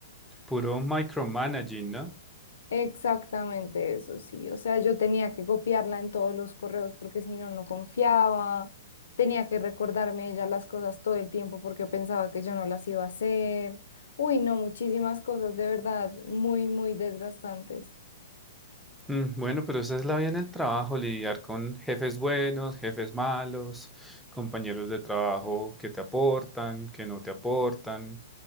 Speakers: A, in the centre; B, on the left.
A: Puro micromanaging, ¿no?
B: Exactamente eso, sí. O sea, yo tenía que copiarla en todos los correos porque si no, no confiaba. Tenía que recordarme ella las cosas todo el tiempo porque pensaba que yo no las iba a hacer. Uy, no, muchísimas cosas, de verdad, muy, muy desgastantes.
A: Mm, Bueno, pero esa es la vida en el trabajo, lidiar con jefes buenos, jefes malos, compañeros de trabajo que te aportan, que no te aportan,